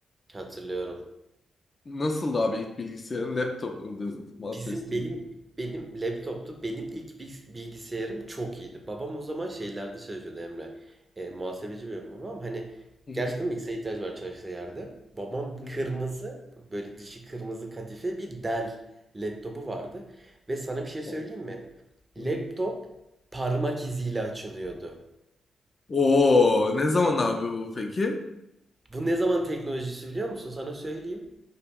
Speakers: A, on the right; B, on the left.
A: Hatırlıyorum.
B: Nasıldı abi ilk bilgisayarın? Laptop muydu? Masaüstü
A: Bizim benim
B: müydü?
A: benim laptoptu. Benim ilk bilgis- bilgisayarım çok iyiydi. Babam o zaman şeylerde çalışıyordu Emre. E, muhasebeci benim babam. Hani
B: Hı hı.
A: gerçekten bilgisayara ihtiyacı var çalıştığı yerde. Babam
B: Hı
A: kırmızı
B: hı.
A: böyle dışı kırmızı kadife bir Dell laptopu vardı. Ve sana bir şey söyleyeyim
B: O-
A: mi? Laptop
B: Hı hı.
A: parmak iziyle açılıyordu.
B: Oo, ne zaman abi bu peki?
A: Bu ne zaman teknolojisi biliyor musun? Sana söyleyeyim.